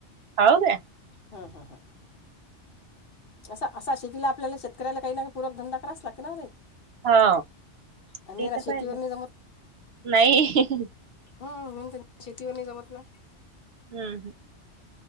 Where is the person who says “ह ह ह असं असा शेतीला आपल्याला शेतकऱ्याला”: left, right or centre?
Left